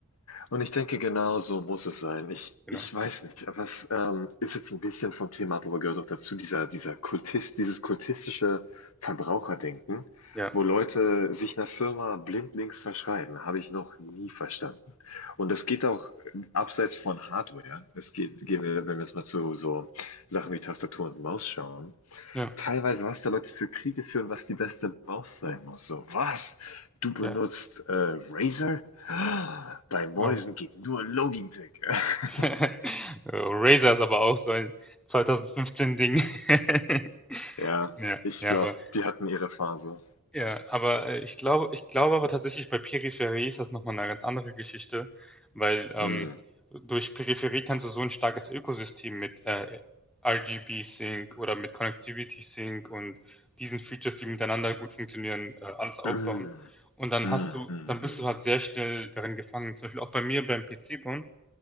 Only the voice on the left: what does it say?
Und ich denke, genau so muss es sein. Ich,
ich weiß nicht, was ähm, ist jetzt ein bisschen vom Thema ab, aber gehört auch dazu, dieser, dieser Kultist, dieses kultistische Verbraucherdenken,
wo Leute sich einer Firma blindlings verschreiben, habe ich noch nie verstanden. Und das geht auch abseits von Hardware. Es geht, gehen wir, wenn wir jetzt mal zu so Sachen wie Tastatur und Maus schauen,
teilweise, was da Leute für Kriege führen, was die beste Maus sein muss. So, was? Du benutzt
äh, Razer? Bei Mäusen
geht nur Logitech. <laughs>
ja,
ich
glaube,
die hatten ihre Phase.
Hm.
Hm, hm,
hm,
hm.
hm.